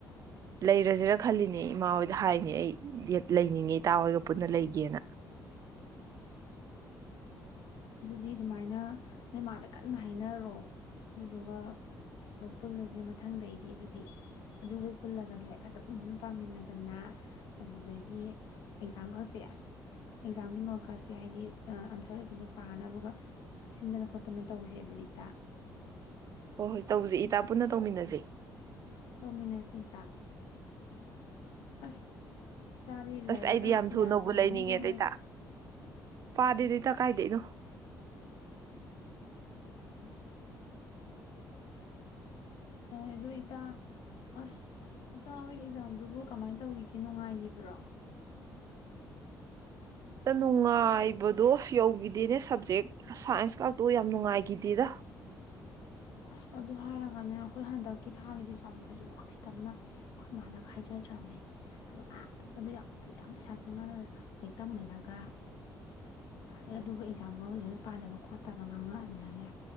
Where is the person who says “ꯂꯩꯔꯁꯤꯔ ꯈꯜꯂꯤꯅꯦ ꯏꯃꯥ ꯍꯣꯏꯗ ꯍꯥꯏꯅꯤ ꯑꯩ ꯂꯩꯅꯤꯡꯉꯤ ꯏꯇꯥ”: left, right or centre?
Right